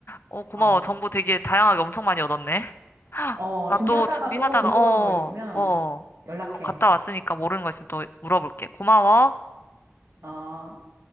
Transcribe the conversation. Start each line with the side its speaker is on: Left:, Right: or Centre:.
Left: 어, 고마워.
Right: 어,
Left: 정보 되게 다양하게 엄청 많이 얻었네. <laughs>
Right: 어,
Left: 나
Right: 준비하다가
Left: 또 준비하다가,
Right: 또 궁금한
Left: 어,
Right: 거 있으면
Left: 어, 어,
Right: 연락해.
Left: 갔다 왔으니까 모르는 거 있으면 또 물어볼게. 고마워.
Right: 어.